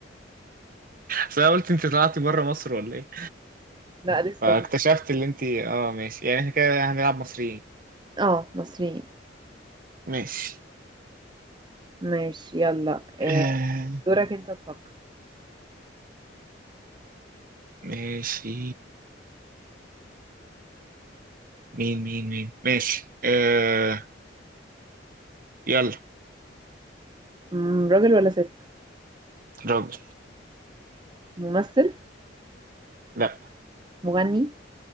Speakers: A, on the right (about 45°); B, on the right (about 25°).
A: بس انا قلت انت طلعتي بره مصر ولا ايه
B: لا لسه
A: فاكتشفت اللي انت اه ماشي يعني احنا كده هنلعب مصريين
B: اه مصريين
A: ماشي
B: ماشي يلا آه،
A: آه
B: دورك انت تفكر
A: ماشي مين مين مين ماشي آه يلا
B: مم، راجل ولا ست
A: راجل
B: ممثل
A: لا
B: مغني